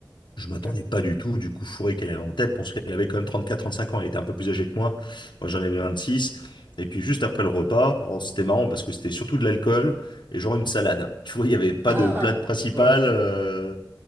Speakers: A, on the left; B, on the right.
A: Je m'attendais
B: OK.
A: pas du tout du coup fourré qu'elle avait en tête. Je pense qu'elle avait quand même trente quatre, trente cinq ans. Elle était un peu plus âgée que moi. Moi, j'en avais 26. Et puis juste après le repas, oh, c'était marrant parce que c'était surtout de l'alcool et genre une salade. Tu vois, il n'y avait pas
B: <laughs>
A: de plat principal.
B: Ouais.
A: euh,